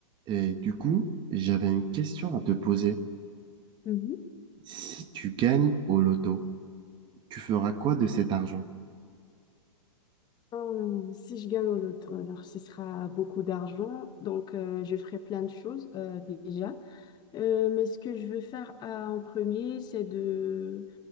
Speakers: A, on the right; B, on the left.
A: Et du coup, j'avais une question à te poser.
B: Mhm.
A: Si tu gagnes au loto, tu feras quoi de cet argent?
B: Hum, si je gagne au loto, alors ce sera beaucoup d'argent, donc euh, je ferai plein de choses euh, déjà. Euh, mais ce que je veux faire euh, en premier, c'est de...